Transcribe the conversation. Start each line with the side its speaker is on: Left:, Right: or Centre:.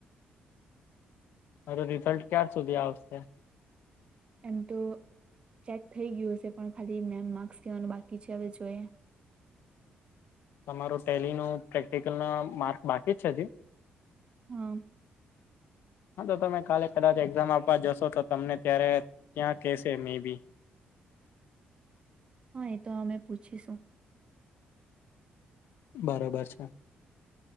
Left: અરે રિઝલ્ટ ક્યાર સુધી આવશે
Right: એમ તો ચેક થઈ ગ્યુ હશે પણ ખાલી મેઈન માર્ક્સ કહેવાનું બાકી છે હવે જોઈએ
Left: તમારું ટેલીનું પ્રેક્ટિકલ નું માર્ક બાકી જ છે હજી
Right: હા
Left: હા તો તમે કાલે કદાચ એક્ઝામ આપવા જશો તો તમને ત્યારે ત્યાં કહેશે મે બી
Right: હા એતો અમે પૂછીશું
Left: બરાબર છે